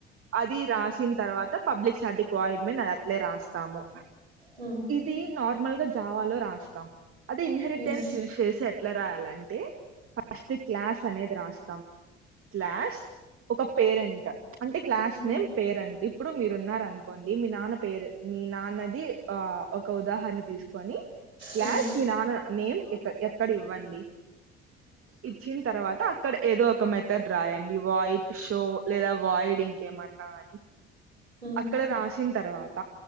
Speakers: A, on the right (about 45°); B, on the right (about 90°).
A: అది రాసిన తర్వాత తో పబ్లిక్ సార్క్కి పోయిమేది అట్లే రాస్తాము
B: హ్మ్
A: ఇది నార్మల్ గా జావాలో రాస్త యా అదీ ఇన్హెరిటెన్స్
B: హ్మ్
A: యూజ్ చేసి ఎట్లా రాయాలంటే ఫస్ట్ క్లాస్ అనేది రాస్తాం క్లాస్ ఒక పేరెంట్ అంటే క్లాస్
B: హ్మ్
A: నేమ్ పేరెంట్ ఇప్పుడు మీరు ఉన్నార అనుకోండి మీ నాన్న పేరు మీ నాన్నది ఆ ఒక ఉదాహరణ తీసుకొని క్లాస్ట్
B: హ్మ్
A: మీ నాన్న నేమ్ ఎ ఎక్కడ ఇవ్వండి ఇచ్చిన తర్వాత అక్కడ ఏదో ఒక మెథడ్ రాయండి వైట్ షో లేదా వైట్ ఇంకేమన్నా అని
B: హ్మ్
A: అక్కడ రాసిన తర్వాత